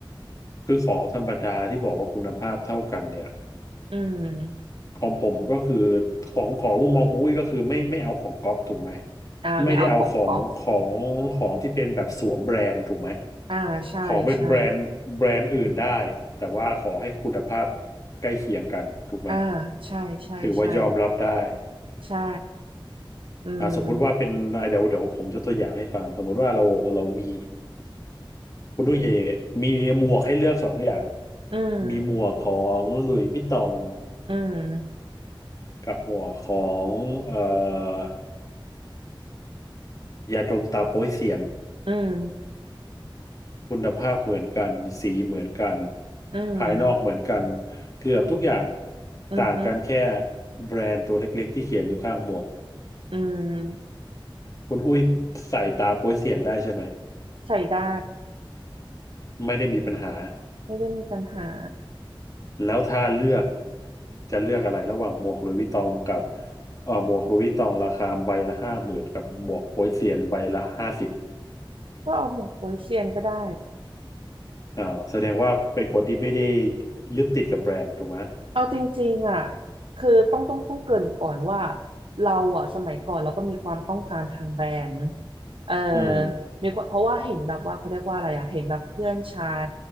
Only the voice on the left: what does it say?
คือของธรรมดาที่บอกว่าคุณภาพเท่ากันเนี่ย
ของผมก็คือของของมุมมองของอุ้ยก็คือไม่ไม่เอาของก๊อปถูกไหม
ไม่ได้เอาของของของที่เป็นแบบสวมแบรนด์ถูกไหม
ของเป็นแบรนด์แบรนด์อื่นได้แต่ว่าขอให้คุณภาพใกล้เคียงกันถูกไหม
ถือว่ายอมรับได้
อ่าสมมุติว่าเป็นอ่าเดี๋ยวเดี๋ยวผมจะตัวอย่างให้ฟังสมมุติว่าเราเรามีคุณด้วยเยมีหมวกให้เลือกสองอย่าง
มีหมวกของหลุยส์วิตตอง
กับหมวกของเอ่อ ยาดมตาโป๊ยเซียน
คุณภาพเหมือนกันสีเหมือนกัน
ภายนอกเหมือนกันเกือบทุกอย่าง
ต่างกันแค่แบรนด์ตัวเล็กๆที่เขียนอยู่ข้างหมวก
คุณอุ้ยใส่ตาโป๊ยเซียนได้ใช่ไหม
ไม่ได้มีปัญหา
แล้วถ้าเลือกจะเลือกอะไรระหว่างหมวกหลุยส์วิตตองกับเอ่อหมวกหลุยส์วิตตองราคาใบละห้าหมื่นกับหมวกโป๊ยเซียนใบละห้าสิบ
อ่าแสดงว่าเป็นคนที่ไม่ได้ยึดติดกับแบรนด์ถูกไหม
อืม